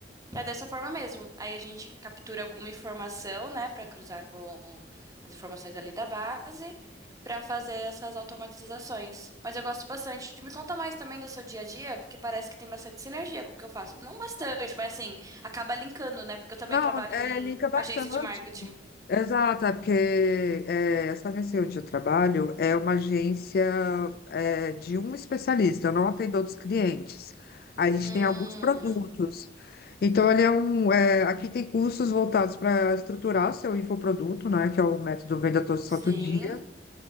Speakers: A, on the right; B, on the left.
A: Pra dessa forma mesmo. Aí a gente captura alguma informação, né, Pra cruzar com as informações ali da base, pra fazer essas automatizações. Mas eu gosto bastante. Me conta mais também do seu dia a dia, porque parece que tem bastante sinergia com o que eu faço. Não bastante, mas assim, acaba linkando, né? Porque eu também
B: Não,
A: trabalho
B: é,
A: em
B: liga bastante.
A: agência de marketing.
B: Exato, é porque é, essa agência onde eu trabalho é uma agência é, de um especialista, eu não atendo outros clientes. A gente
A: Hum,
B: tem alguns produtos. Então, ele é um, é, aqui tem cursos voltados para estruturar seu infoproduto, né, que é o método Venda Todo Santo
A: sim.
B: Dia.